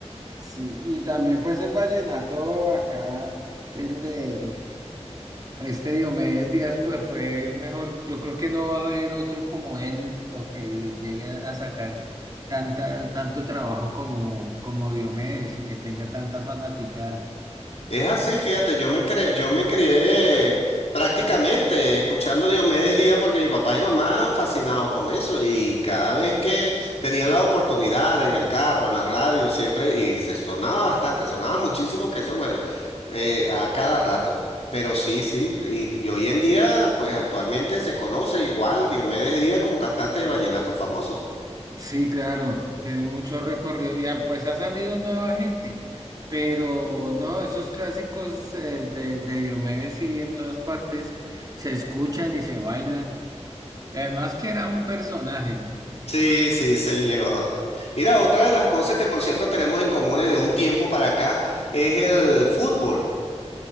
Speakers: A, on the right; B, on the left.
A: sí, y también pues en vallenato acá el de este Diomedes Díaz pues fue mejor, yo creo que no va a haber otro como él o que llegue a sacar tanta, tanto trabajo como, como Diomedes y que tenga tanta fanática.
B: Es así, fíjate, yo me cre- yo me crié prácticamente escuchando Diomedes Díaz porque mi papá y mamá fascinados con eso y cada vez que tenían la oportunidad en el carro, en la radio, siempre, y se sonaba bastante, sonaba muchísimo que eso, bueno, eh, a cada rato. Pero sí, sí, y, y hoy en día, pues actualmente se conoce igual Diomedes Díaz como cantante de vallenato famoso.
A: Sí, claro, tiene mucho recorrido. Ya, pues ha salido nueva gente, pero no, esos clásicos eh, de, de Diomedes sí en todas partes se escuchan y se bailan. Y además que era un personaje, ¿no?
B: Sí, sí, señor. Mira, otra de las cosas que por cierto tenemos en común de un tiempo para acá es el fútbol.